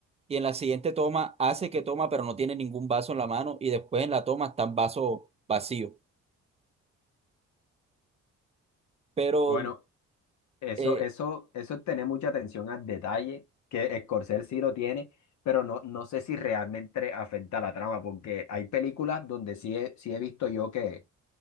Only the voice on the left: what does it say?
Bueno, Eso,
eso, eso es tener mucha atención al detalle, que Scorsese sí lo tiene, pero no, no sé si realmente afecta a la trama, porque hay películas donde sí he, sí he visto yo que,